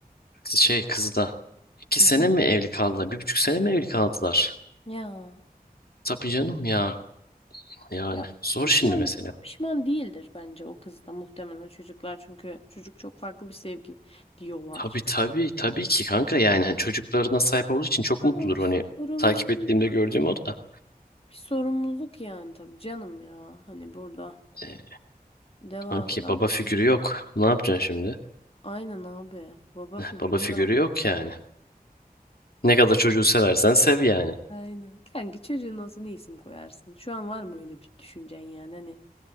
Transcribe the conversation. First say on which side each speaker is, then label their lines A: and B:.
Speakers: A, on the left; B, on the left.
A: şey kızı da. İki
B: Hı
A: sene
B: hı.
A: mi evli kaldılar? Bir buçuk sene mi evli kaldılar?
B: Ya
A: Tabii canım ya yani
B: Ya
A: zor
B: pişman
A: şimdi mesela.
B: pişman değildir bence o kız da muhtemelen çocuklar çünkü çocuk çok farklı bir sevgi diyorlar.
A: Tabii tabii tabii ki kanka yani hani çocuklarına sahip olduğu için çok mutludur
B: Ama bir
A: hani
B: sorumluluk,
A: takip ettiğimde gördüğüm o da.
B: bir sorumluluk yani tabii canım ya. Hani burada
A: E,
B: devasa
A: kanki baba
B: bir sorumluluk.
A: figürü yok. Ne yapacaksın şimdi?
B: Aynen abi. Baba
A: Heh,
B: figürü
A: baba figürü
B: yok.
A: yok yani. Ne kadar çocuğu seversen sev yani.
B: Aynen. Kanki çocuğun olsa ne isim koyarsın? Şu an var mı öyle bir düşüncen yani hani